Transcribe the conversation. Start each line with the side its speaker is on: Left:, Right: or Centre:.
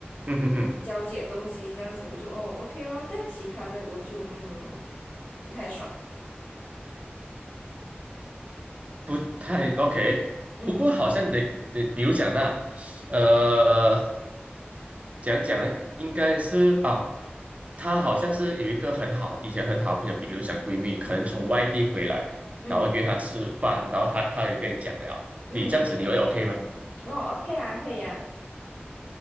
Right: 嗯哼哼，
Left: 我交接东西这样子，我就哦 OK 咯，但其他的我就嗯不太爽，
Right: 不太 OK。
Left: 嗯
Right: 不过好像得，你比如讲到，呃。讲讲呢，应该是啊，她好像是有一个很好，以前很好的朋友，比如讲闺蜜，可能从外地回来，
Left: 嗯嗯
Right: 然后约她吃饭，然后她她有跟你讲了，
Left: 嗯，
Right: 你这样子你会 OK 吗？
Left: 哦 OK 啊，可以啊。